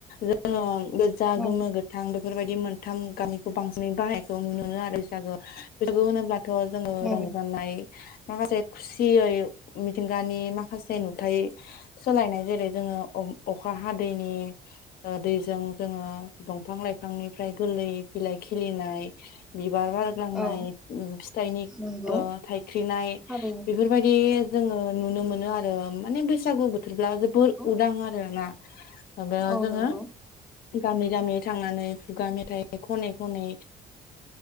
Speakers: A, on the left; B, in the centre.
A: जोङो गोजा
B: औ
A: गोमो गोथां बेफोरबायदि मोनथाम गामिखौ बांसि <inaudible> ै बाहायखौ नुनो मोनो आरो बैसागो बैसागु होनोब्लाथ' जोङो
B: औ
A: रंजानाय माखासे खुसियै मिथिंगानि माखासे नुथायाइ सोलायनाय जेरै जोङो अखा हादैनि दैजों जोङो दंफां लाइफांनिफ्राय गोरलै फिलाय खिलिनाय बिबार बारग्लांनाय
B: औ
A: फिथाइनि
B: नंगौ
A: थाइख्रिनाय
B: थारैनो
A: बेफोरबायदि जोङो नुनो मोनो आरो माने बैसागु बोथोरब्ला जोबोर
B: नंगौ
A: उदां आरो ना। माबयाव
B: औ
A: जोङो
B: नंगौ
A: गामि गामि थांनानै खुगा मेथाइ खनै खनै